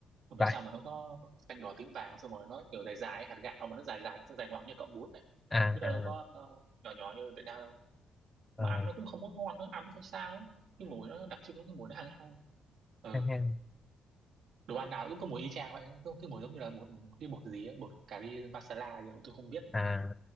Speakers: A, on the right; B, on the left.
A: không hiểu
B: vậy
A: sao mà nó có xanh đỏ tím vàng xong rồi nó kiểu dài dài ấy, hạt gạo mà nó dài dài nó dài ngoằng như cọng bún đấy
B: à
A: chứ đâu
B: à
A: đâu có ờ, nhỏ nhỏ như ở Việt Nam đâu
B: ờ,
A: mà ăn nó cũng không có ngon nữa ăn nó không sao ấy. cái mùi nó đặc trưng nó cái mùi nó hăng hăng ừ
B: hang hang.
A: đồ ăn nào cũng có mùi y chang vậy cái, cái mùi giống như là bột cái bột gì ấy, bột cà ri masala gì không tôi không biết
B: à